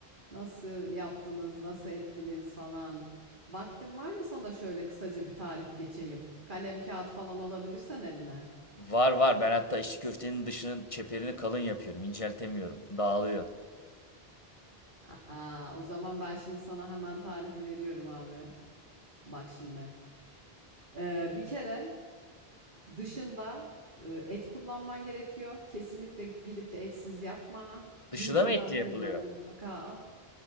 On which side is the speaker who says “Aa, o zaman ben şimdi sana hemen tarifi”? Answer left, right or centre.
Right